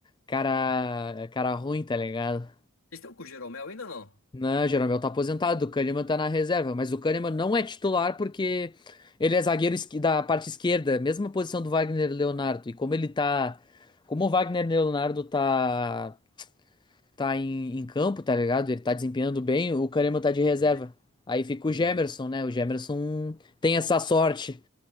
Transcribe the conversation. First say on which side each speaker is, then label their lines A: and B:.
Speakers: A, on the left; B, on the left.
A: cara, cara ruim, tá ligado?
B: Vocês estão com o Jeromel ainda ou não?
A: Não, Jeromel tá aposentado, o Kahneman tá na reserva, mas o Kahneman não é titular porque ele é zagueiro esqui- da parte esquerda, mesma posição do Wagner Leonardo. E como ele tá, como o Wagner Leonardo tá tá em, em campo, tá ligado? Ele tá desempenhando bem, o Kahneman tá de
B: Jeromel?
A: reserva. Aí fica
B: Entendi.
A: o Gemerson, né? O Gemerson tem essa sorte.